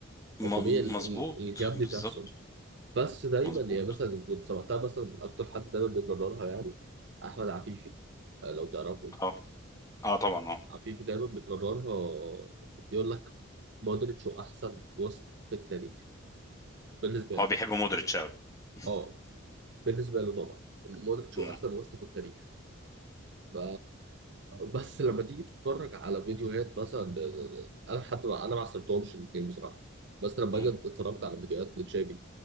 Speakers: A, on the left (about 15°); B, on the right (about 55°).
A: م-
B: هو طبيعي ال-
A: مظبوط
B: ال- الجام
A: بالظبط
B: دي تحصل بس دايما
A: مظبوط
B: يعني مثلا كنت سمعتها مثلا من اكتر حد دايما بيكررها يعني احمد عفيفي آه، لو تعرفه
A: اه اه طبعا اه
B: عفيفي دايما بيكررها يقول لك مودريتش هو احسن وسط في التاريخ بالنسبه
A: هو
B: له
A: بيحب مودريتش قوي <laughs>
B: اه بالنسبه له طبعا مودريتش
A: مم.
B: هو احسن وسط في التاريخ ف- بس لما تيجي تتفرج على فيديوهات مثلا ب- ب- انا لحد ما انا ما عصرتهمش الاثنين بصراحه بس لما باجي
A: مم.
B: اتفرجت على فيديوهات لتشافي